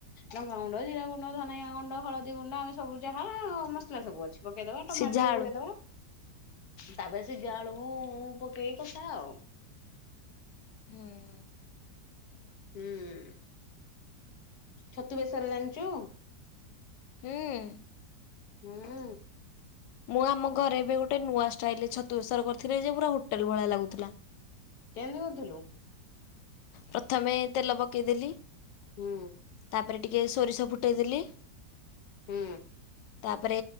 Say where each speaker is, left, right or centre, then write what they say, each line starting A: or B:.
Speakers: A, on the left; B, on the left.
A: ଲଙ୍କାଗୁଣ୍ଡ, ଜିରାଗୁଣ୍ଡ, ଧନିଆଗୁଣ୍ଡ, ହଳଦୀଗୁଣ୍ଡ ଆମେ ସବୁ ଯାହା ମସଲା ସବୁ ଅଛି। ପକେଇଦବା ଟମାଟ
B: ସିଝା
A: ଟିକେ
B: ଆଳୁ
A: ପକେଇଦବା ତାପରେ ସିଝା ଆଳୁ ହୁଁ ଉନ୍ ପକେଇକି କସା ଆଉ।
B: ହୁଁ।
A: ହୁଁ ଛତୁ ବେଶର ଜାଣିଛୁ?
B: ହୁଁ।
A: ହୁଁ
B: ମୁଁ ଆମ ଘରେ ଏବେ ଗୋଟେ ନୂଆ ଷ୍ଟାଇଲ ରେ ଛତୁ ବେସର କରିଥିଲି ଯେ ପୁରା ହୋଟେଲ ଭଳିଆ ଲାଗୁଥିଲା।
A: କେମିତି କରିଥିଲୁ?
B: ପ୍ରଥମେ ତେଲ ପକାଇଦେଲି
A: ହୁଁ।
B: ତାପରେ ଟିକେ ସୋରିଷ ଫୁଟେଇଦେଲି
A: ହୁଁ।
B: ତାପରେ